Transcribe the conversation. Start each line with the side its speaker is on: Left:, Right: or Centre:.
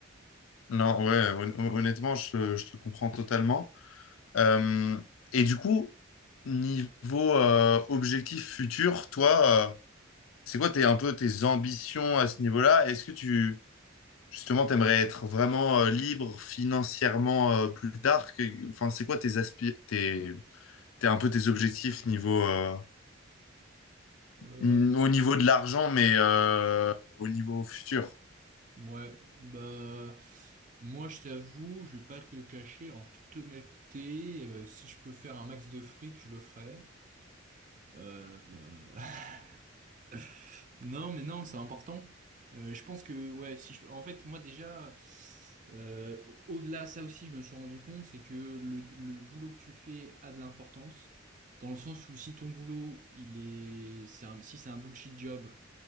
Left: non, ouais, hon- honnêtement, je, je te comprends totalement. Euh, et du coup, niveau euh, objectif futur, toi, euh, c'est quoi tes, un peu tes ambitions à ce niveau-là? Est-ce que tu, justement, t'aimerais être vraiment euh, libre financièrement euh, plus tard? Que- enfin, c'est quoi tes aspi- tes, t'es un peu tes objectifs niveau, euh,
Right: Euh,
Left: n- au niveau de l'argent, mais euh, au niveau futur.
Right: ouais, bah, moi je t'avoue, je vais pas te le cacher, en toute honnêteté, euh, si je peux faire un max de fric, je le ferai. Euh, <laughs> Non, mais non, c'est important. Euh, je pense que, ouais, si je- en fait, moi déjà, euh, au- au-delà de ça aussi, je me suis rendu compte, c'est que le, le boulot que tu fais a de l'importance, dans le sens où si ton boulot, il est, c'est un- si c'est un bullshit job,